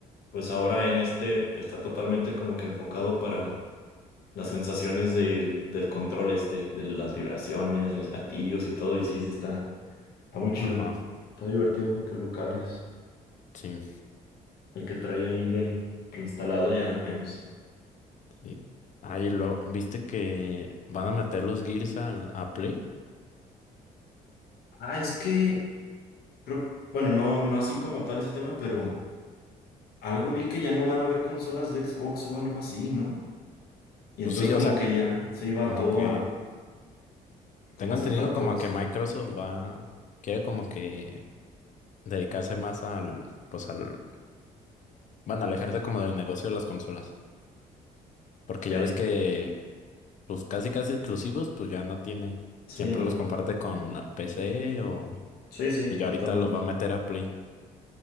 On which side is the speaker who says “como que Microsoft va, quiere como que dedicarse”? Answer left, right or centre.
Left